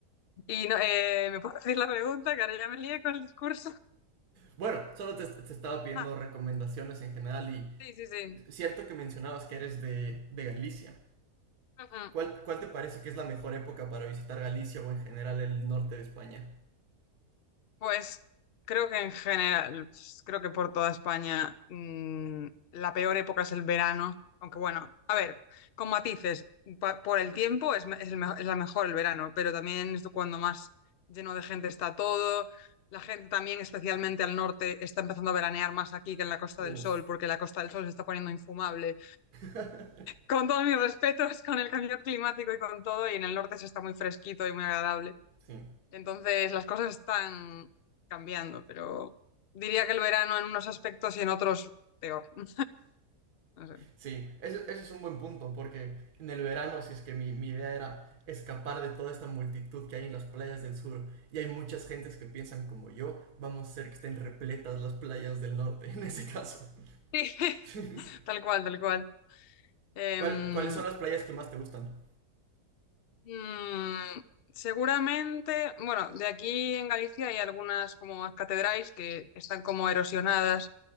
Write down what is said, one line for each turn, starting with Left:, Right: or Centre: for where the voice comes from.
Left: Y no, eh, ¿me puedo decir la pregunta? Que ahora ya me lié con el discurso.
Right: Bueno, solo te, te estaba pidiendo
Left: Ah,
Right: recomendaciones en general y
Left: sí, sí, sí.
Right: cierto que mencionabas que eres de, de Galicia.
Left: Ujú.
Right: ¿Cuál, cuál te parece que es la mejor época para visitar Galicia o en general el norte de España?
Left: Pues creo que en general, pues, creo que por toda España mm, la peor época es el verano, aunque bueno, a ver, con matices, pa- por el tiempo es, me- es el me- es la mejor el verano, pero también es cuando más lleno de gente está todo. La gente también, especialmente al norte, está empezando a veranear más aquí que en la Costa
Right: Uf,
Left: del Sol, porque la Costa del Sol se está poniendo infumable.
Right: <laughs>
Left: Con todos mis respetos, con el cambio climático y con todo, y en el norte se está muy fresquito y muy agradable.
Right: sí.
Left: Entonces las cosas están cambiando, pero diría que el verano en unos aspectos y en otros peor. No No sé.
Right: Sí, ese, ese es un buen punto, porque en el verano, si es que mi, mi idea era escapar de toda esta multitud que hay en las playas del sur, y hay muchas gentes que piensan como yo, vamos a hacer que estén repletas las playas del norte, <laughs> en ese caso.
Left: Sí,
Right: <laughs>
Left: <laughs> tal cual, tal cual. Em,
Right: ¿Cuál- ¿Cuáles son las playas que más te gustan?
Left: mm, seguramente, bueno, de aquí en Galicia hay algunas como catedrales que están como erosionadas